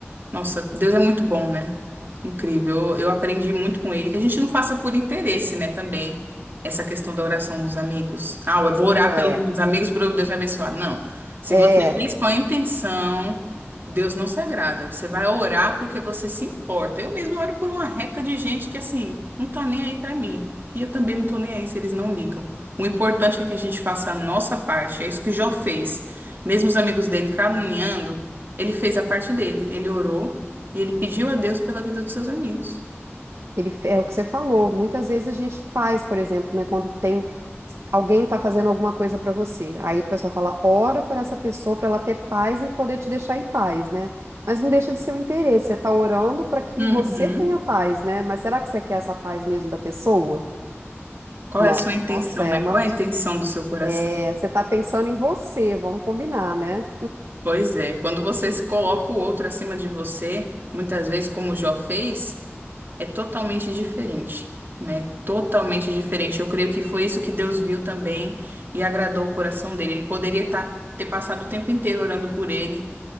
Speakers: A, on the right; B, on the right.
A: Nossa, Deus é muito bom, né? Incrível. Eu, eu aprendi muito com ele, que a gente não faça por interesse, né, também, essa questão da oração dos amigos. Ah, eu vou orar
B: É,
A: pelos meus amigos para Deus me abençoar. Não. Se
B: é,
A: você fez com a intenção, Deus não se agrada. Você vai orar porque você se importa. Eu mesmo oro por uma reca de gente que, assim, não tá nem aí para mim. E eu também não tô nem aí se eles não ligam. O importante é que a gente faça a nossa parte. É isso que Jó fez. Mesmo os amigos dele caluniando. Ele fez a parte dele, ele orou e ele pediu a Deus pela vida dos seus amigos.
B: Ele fe- é o que você falou. Muitas vezes a gente faz, por exemplo, né, quando tem alguém tá fazendo alguma coisa pra você. Aí o pessoal fala, ora por essa pessoa pra ela ter paz e poder te deixar em paz, né? Mas não deixa de ser o interesse. Você tá orando pra que
A: Uhum.
B: você tenha paz, né? Mas será que você quer essa paz mesmo da pessoa?
A: Qual
B: No-
A: é a sua intenção,
B: Nossa, é
A: né?
B: uma
A: Qual é a intenção do seu coração?
B: é, você tá pensando em você, vamos combinar, né?
A: Pois é, quando você se coloca o outro acima de você, muitas vezes, como o Jó fez, é totalmente diferente, né? Totalmente diferente. Eu creio que foi isso que Deus viu também e agradou o coração dele. Ele poderia tá- ter passado o tempo inteiro orando por ele,